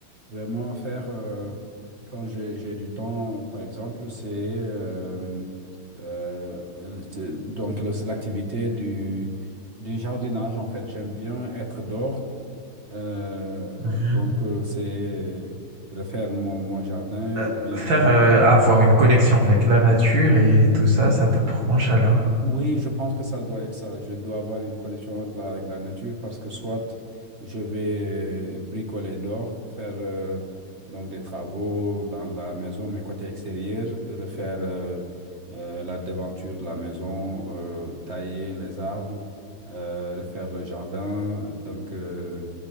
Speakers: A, on the right; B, on the right.
A: vraiment faire euh, quand j'ai, j'ai du temps, par exemple, c'est euh, euh, le- donc le- l'activité du, du jardinage, en fait. J'aime bien être dehors. Euh,
B: Mhm.
A: donc, euh, c'est refaire mon, mon jardin
B: Euh,
A: ou bien
B: faire
A: bricoler.
B: euh, avoir une connexion avec la nature et tout ça, ça te branche alors.
A: Oui, je pense que ça doit être ça. Je dois avoir une connexion de la- avec la nature parce que soit je vais euh, bricoler dehors, faire euh, donc des travaux dans la maison, mais côté extérieur, refaire euh, euh, la devanture de la maison, euh, tailler les arbres, euh, refaire le jardin. Donc euh,